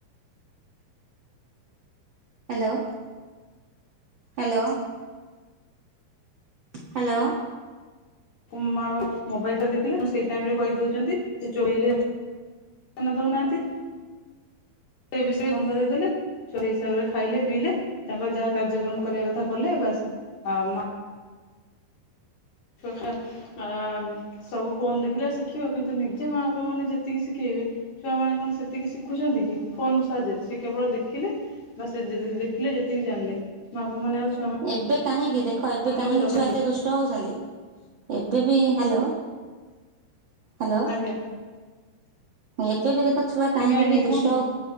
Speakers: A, on the right; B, on the left.
A: ହ୍ୟାଲୋ। Hello hello.
B: କୁ ମାଆ ମୋବାଇଲ ଟା ଦେଖିଲେ ଉଁ ସେଇ ଟାଇମ୍ କହିଉ ଚନ୍ତି ସେ ଚୋଇଲେ ଧ୍ୟାନ ଦଉନାହାନ୍ତି। ଏ ବିଷୟରେ <unintelligible> ଦେଇଦେଲେ ଛୁ ସେହି ହିସାବରେ ଖାଇଲେ ପିଇଲେ ତାଙ୍କର ଯାହା କାର୍ଯ୍ୟକ୍ରମ କରିବା କଥା କଲେ ବାସ୍। ଆ ମା ଛୁଆ ଖା ଆ ସବୁ ଫୋନ ଦେଖିଲା ଶିଖିବ କିନ୍ତୁ ନିଜେ ମା ବାପା ମାନେ ଯେତିକି ଶିକେଇ ଛୁଆମାନେ କଣ ସେତିକି ଶିଖୁଚନ୍ତି କି ଫୋନ ସାହାଯ୍ୟରେ। ସେ କେବଳ ଦେଖିଲେ ବା ସେ ଯେ-ଯେ ଦେଖିଲେ ଯେତିକି ଜାଣିଲେ ମା ବାପା ମାନେ ଆଉ ଛୁଆ
A: ଏବେ କାହିଁକି ଦେଖ
B: ମାନଙ୍କର
A: ଏବେ କାହିଁକି
B: ଯତ୍ନ
A: ଛୁଆ ଏତେ ଦୁଷ୍ଟ ହଉଚନ୍ତି? ଏବେ ବି ହ୍ୟାଲୋ ହ୍ୟାଲୋ।
B: ଆଜ୍ଞା
A: ଏବେ ବି ଦେଖ ଛୁଆ କାହିଁକି
B: ଆଜ୍ଞା ଆଜ୍ଞା
A: ବି ଦୁଷ୍ଟ
B: କୁହନ୍ତୁ
A: ଅଁ